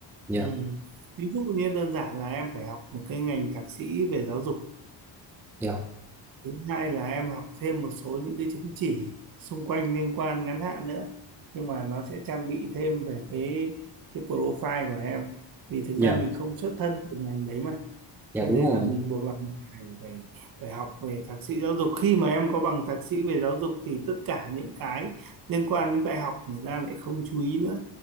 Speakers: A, in the centre; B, on the right (about 50°).
A: Dạ
B: Ừm, ví dụ như đơn giản là em phải học một cái ngành thạc sĩ về giáo dục
A: dạ
B: thứ hai là em học thêm một số những cái chứng chỉ xung quanh liên quan ngắn hạn nữa nhưng mà nó sẽ trang bị thêm về cái cái profile của em vì thực
A: dạ
B: ra mình không xuất thân từ ngành đấy mà
A: dạ
B: cho
A: đúng
B: nên
A: rồi
B: là mình buộc lòng phải phải phải học về thạc sĩ giáo dục khi mà em có bằng thạc sĩ về giáo dục thì tất cả những cái liên quan đến đại học người ta lại không chú ý nữa